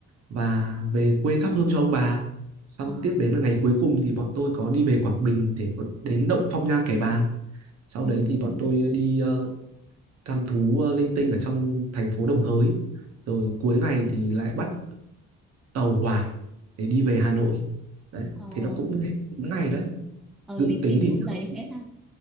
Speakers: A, on the right (about 55°); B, in the centre.
A: và về quê thắp hương cho ông bà xong
B: ờ,
A: tiếp đến là ngày cuối cùng thì bọn tôi có đi về Quảng Bình để đến động Phong Nha Kẻ Bàng sau
B: ừ.
A: đấy thì bọn tôi đi ờ, thăm thú ờ, linh tinh ở trong thành phố Đồng Hới rồi cuối ngày thì lại bắt tàu hỏa để đi về Hà Nội đấy
B: Ờ,
A: thế là cũng hết đúng ngày đấy
B: ờ,
A: dự
B: lịch
A: tính
B: trình
A: thì
B: cũng
A: chắc-
B: dày phết ha.